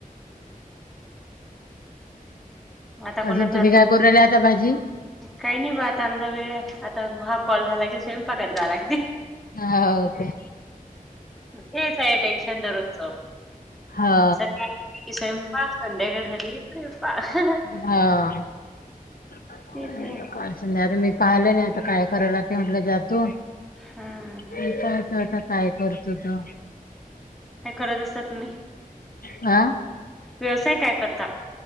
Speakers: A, in the centre; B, on the left.
A: आता कोणाचालता
B: अजून तुम्ही काय करू राहिले आता भाजी
A: काही नाही ब आता आमा वेळ आहे आता वा. कॉल झाला की सेम पकत जाला.
B: ह हो का.
A: तेच आहे टेन्शन दररोजच.
B: हा
A: सकाळी कि स्वयंपाक संध्याकाळी झाली की स्वयंपाक.
B: हा काच.
A: तेच आहे
B: मी पाहिलं नाही आता काय करायला ते म्हटलं जातो.
A: हा
B: तो आता काय करतो त.
A: काय करत असता तुम्ही?
B: हा.
A: व्यवसाय काय करता?